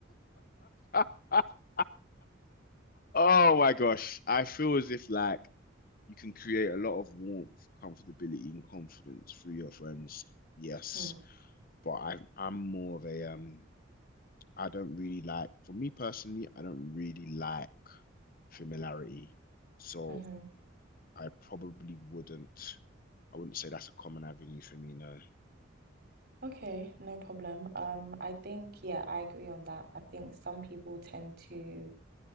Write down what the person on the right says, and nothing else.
Mm,
hmm
Okay, no problem. Um, I think, yeah, I agree on that. I think some people tend to,